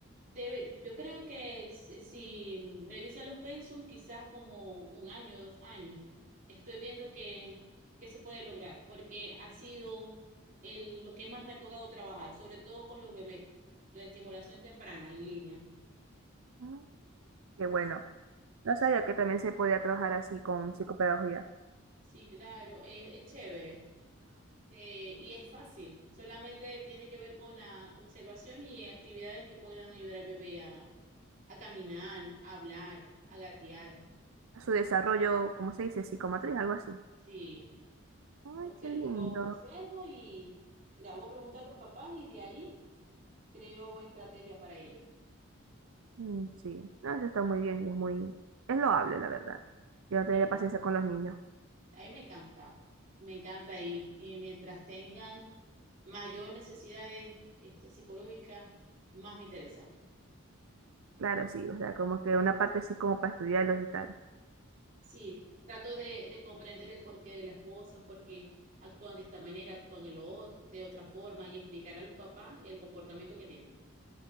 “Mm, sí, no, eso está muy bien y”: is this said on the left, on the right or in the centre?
Right